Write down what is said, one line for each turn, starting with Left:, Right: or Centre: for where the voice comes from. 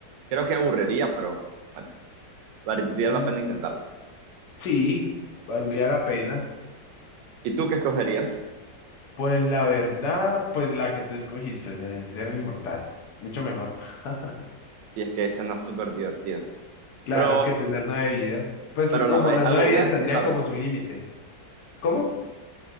Right: Creo que aburriría, pero bueno, valdría
Left: Mm,
Right: la pena intentarlo.
Left: Sí, valdría la pena.
Right: ¿Y tú qué escogerías?
Left: Pues la verdad, pues la que tú escogiste, de ser un inmortal, mucho mejor. <laughs>
Right: Si es que suena súper divertido.
Left: Claro
Right: Pero,
Left: que tener nueve vidas. Pues
Right: pero
Left: sí, como
Right: la ve-
Left: las
Right: agobiante,
Left: nueve vidas tendrían
Right: ¿sabes?
Left: como su límite. ¿Cómo?